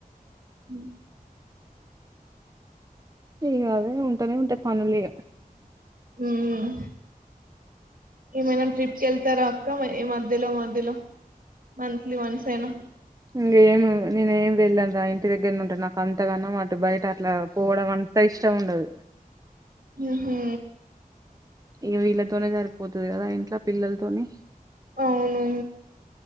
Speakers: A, on the right (about 65°); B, on the right (about 25°).
A: ఉ
B: ఇగ అవే ఉంటనే ఉంటయి పనులిగ
A: ఉమ్ ఏమైన ట్రిప్కెళ్తార అక్క మ మధ్యలో మధ్యలో మంత్లీ వన్స్ అయినా
B: ఇంకేమి నేనేం వెళ్ళన్రా ఇంటి దగ్గర ఉండరా నాకు అంతగాన బయట అట్ల పోవడం అంత ఇష్టము ఉండదు
A: ఉహు
B: ఇక వీళ్ళతోనే సరిపోతది కదా ఇంట్లో పిల్లలతోనే
A: అవును